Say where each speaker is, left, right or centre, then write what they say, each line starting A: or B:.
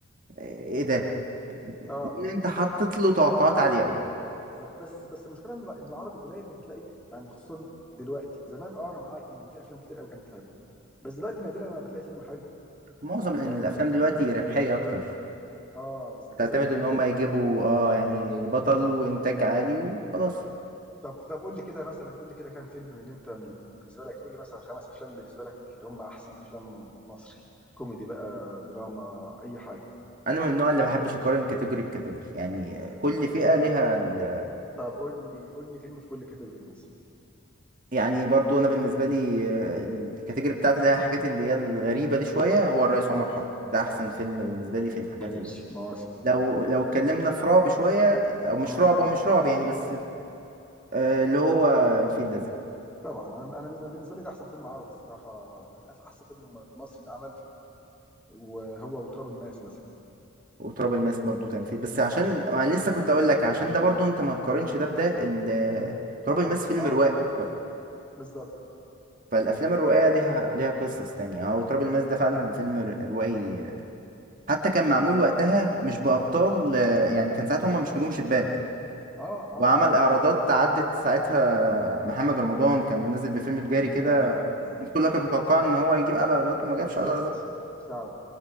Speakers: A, on the right (about 40°); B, in the centre.
A: ايه ده
B: اه
A: لان انت حطيت
B: اه
A: له توقعات عاليه قوي
B: بالظبط بس بس المشكله ان الع- إن العربي قليل ما بتلاقي يعني خصوصا دلوقتي زمان اه انا معاك ان في افلام كتير قوي كانت حلوه بس دلوقتي نادرا ما بتلاقي فيلم حلو
A: معظم الافلام
B: فبقى
A: دلوقتي ربحيه اكتر
B: اه بس
A: بتعتمد
B: تجاريه
A: ان
B: فعلا
A: هم يجيبوا اه يعني
B: اه
A: بطل وانتاج عالي وخلاص
B: طب طب قول لي كده مثلا قول لي كده كام فيلم من اللي انت من من- بالنسبه لك قول لي مثلا خمس افلام بالنسبه لك اللي هم احسن افلام مصري كوميدي بقى دراما اي حاجه
A: انا من النوع اللي بحبش اقارن كاتيجوري بكاتيجوري يعني كل فئه ليها ال...
B: طب قول لي قول لي فيلم في كل كاتيجوري مثلا
A: يعني برضو انا بالنسبه لي آه، الكاتيجوري بتاعتي اللي هي الحاجات اللي هي الغريبه دي شويه هو الرئيس عمر
B: اه
A: حرب ده احسن فيلم بالنسبه لي في الحاجات
B: ماشي موافق
A: لو لو اتكلمنا في رعب شوية او مش
B: آه.
A: رعب هو مش رعب يعني بس آه اللي هو الفيل الازرق
B: طبعًا أنا أنا بالن بالنسبة لي ده أحسن فيلم عربي الصراحة، يعني أف أحسن فيلم م مصري اتعمل، وهو وتراب الماس مثلًا.
A: وتراب الماس برضو كان فيل بس عشان
B: آه،
A: انا لسه كنت اقول لك عشان ده برضو انت ما تقارنش ده بده ال- تراب الماس فيلم
B: آه،
A: روائي اكتر
B: بالضبط،
A: فالافلام الروائيه ليها ليها قصص تانية او تراب الماس ده فعلا فيلم ر- روائي حتى كان معمول
B: فعلًا
A: وقتها
B: آه،
A: مش بابطال آه، يعني كان ساعتها هم مش نجوم شباك
B: آه، آه، آه،
A: وعمل اعراضات
B: آه،
A: عدت ساعتها محمد رمضان كان منزل بفيلم تجاري كده
B: آه، آه،
A: الناس كلها كانت متوقعه ان هو يجيب اعلى ايرادات وما جابش
B: بالضبط،
A: اعلى ايرادات
B: فعلًا،